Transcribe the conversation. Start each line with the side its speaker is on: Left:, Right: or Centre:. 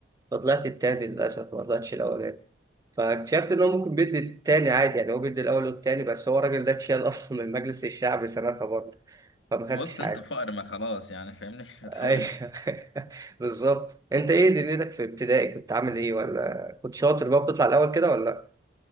Right: فطلعت التاني للأسف ما طلعتش الأولاني فاكتشفت إن هو ممكن بيدي التاني عادي يعني هو بيدي الأول والتاني بس هو الراجل ده اتشال أصلا من مجلس الشعب سنتها برضه فما
Left: بص
Right: خدتش حاجة
Left: انت الفقر ما خلاص يعني فاهمني <laughs> ما
Right: أيوه
Left: تحاولش
Right: <laughs> بالظبط أنت إيه دنيتك في ابتدائي كنت عامل إيه ولا كنت شاطر بقى بتطلع الأول كده ولا؟